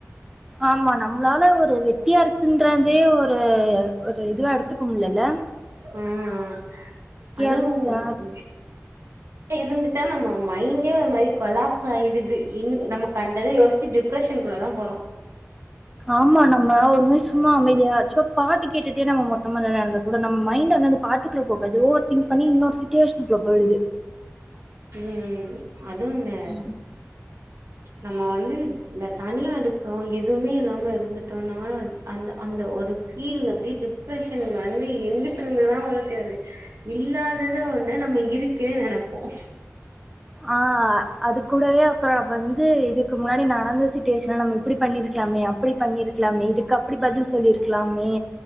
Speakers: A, in the centre; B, on the right (about 65°).
A: ஆமா நம்மளால ஒரு வெட்டியா இருக்குன்றதே ஒரு ஒரு இதுவ எடுத்துக்கும்லல
B: ஆஹ் அதுவும்
A: இருக்கு அஹ்
B: உ இருந்துட்டா நம்ம மைண்டே ஒரு மாதிரி கொலாப்ஸ் ஆயிடுது இ நமக்கு கண்டத யசிச்சு டிப்ரஷனுக்குள்ள தான் போறோம்
A: ஆமா நம்ம ஒரு நுய சும்மா அமைதியா சும்ுவா பாட்டு கேட்டுட்டே நம்ம மொட்டம நடந்த கூட நம்ம மைண்ட் வந்து அந்த பாட்டுக்குள்ள போகாது ஓவர் திங்க் பண்ணி இன்னொரு சிச்சுவேஷனுக்குள்ள போயிடுது
B: உம் அதுவும்ந்த
A: ம்.
B: நம்ம வந்து இந்த தனியா இருக்கோம் எதுவுமே இல்லாம இருந்துட்டோம்னா அந்த அந்த ஒரு ஃபீல் அப்படி டிப்ரெஷன் வந்து எங்கட்டு இருந்துதான் வ தெரியாது இல்லாதத ஒண்ணு நம்ம இருக்குன்னே நினைப்போம்
A: ஆஹ் அது கூூடவே அப்புறம் நம்ம வந்து இதுக்கு முன்னாடி நடந்துச்ச நம்மப்படி பண்ணிருக்கலாமே அப்படி பண்ணிருக்கலாமே இதுக்காக அப்படி பதில் சொல்லிருக்கலாமே